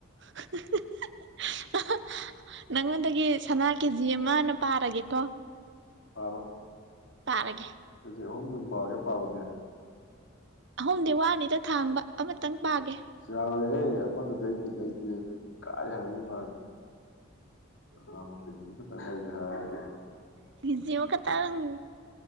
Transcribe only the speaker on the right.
ꯍꯥ ꯍꯥ ꯍꯥ ꯑꯍꯥ ꯅꯪꯉꯣꯟꯗꯒꯤ ꯁꯅꯥ ꯀꯦꯖꯤ ꯑꯃꯅ ꯄꯥꯔꯒꯦꯀꯣ
ꯄꯥꯔꯒꯦ
ꯑꯍꯨꯝꯗꯤ ꯋꯥꯅꯤꯗ ꯊꯥꯡꯕ ꯑꯃꯇꯪ ꯄꯥꯒꯦ
ꯀꯤꯖꯤ ꯑꯃꯈꯛꯇꯪ